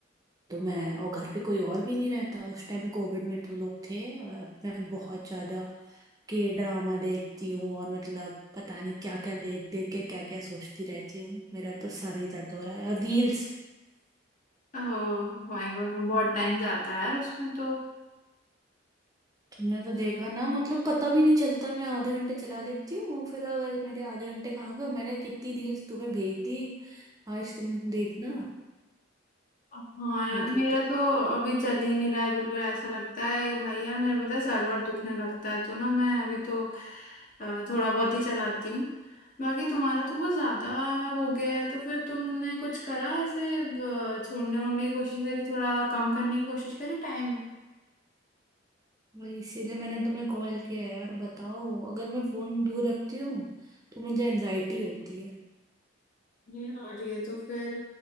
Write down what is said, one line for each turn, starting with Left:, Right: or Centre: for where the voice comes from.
Right: तो मैं और घर पे कोई और भी नहीं रहता उस टाइम कोविड में तो लोग थे और अब मैं बहुत ज्यादा के ड्रामा देखती हूँ और मतलब पता नहीं क्या क्या देख देख के क्या क्या सोचती रहती हूँ मेरा तो सर ही दर्द हो रहा है और रील्स
Left: ओह माय गॉड वो बहुत टाइम जाता है यार उसमें तो
Right: तुमने तो देखा ना मतलब पता भी नहीं चलता मैं आधे घंटे चला लेती हूँ फिर अब मेरे आधे घंटे कहाँ गए मैंने कितनी रील्स तुम्हें भेज दी आज तुम देखना
Left: हाँ यार
Right: मुझे
Left: मेरा
Right: तो
Left: तो अभी चल ही नहीं रहा है बिल्कुल ऐसा लगता है भाई यार मेरा पता है सर वर दुखने लगता है तो ना मैं अभी तो अ, थोड़ा बहुत ही चलाती हूँ बाकी तुम्हारा तो बहुत ज्यादा हो गया है तो फिर तुमने कुछ करा ऐसे अ, छोड़ने ओड़ने की कोशिश करी थोड़ा कम करने की कोशिश करी टाइम
Right: वही इसीलिए मैंने तुम्हें कॉल किया यार बताओ अगर मैं फोन दूर रखती हूँ तो मुझे एनजाइटी होती है
Left: ये और ये तो फिर